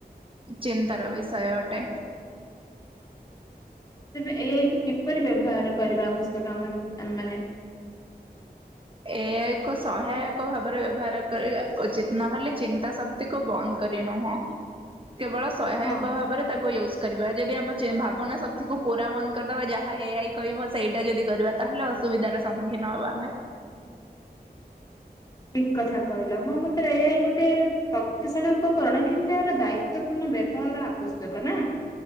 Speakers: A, on the right; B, on the left.
A: ଚିନ୍ତାର ବିଷୟ ଅଟେ।
B: ଏଇ ଆଇ କୁ କିପରି ବ୍ୟବହାର କରିବା ଆବଶ୍ୟକ ଆ-ଆମ ମାନେ?
A: ଏହା ଏକ ସହାୟକ ଭାବରେ ବ୍ୟବହାର କରିବା ଉଚିତ ନହେଲେ ଚିନ୍ତା ଶକ୍ତି କୁ ବନ୍ଦ କରି ନୁହଁ। କେବଳ ସହାୟକ
B: ହଁ।
A: ଭାବରେ ତାକୁ ୟୁଜ୍ କରିବା ଯଦି ଆମ ଚି ଭାବନା ଶକ୍ତିକୁ ପୁରା ବନ୍ଦ କରିଦବା ଯାହା ଏ ଆଇ କହିବ ସେଇଟା ଯଦି କରିବା ତାହେଲେ ଅସୁବିଧାର ସମ୍ମୁଖୀନ ହବା ଆମେ।
B: ଠିକ କଥା କହିଲ ମୋ ମତରେ ଏଇ ଗୋଟେ ଶକ୍ତିଶାଳୀ ଉପକରଣ କିନ୍ତୁ ଏହାର ଦାୟିତ୍ୱପୂର୍ଣ୍ଣ ବ୍ୟବହାର ଆବଶ୍ୟକ ନା।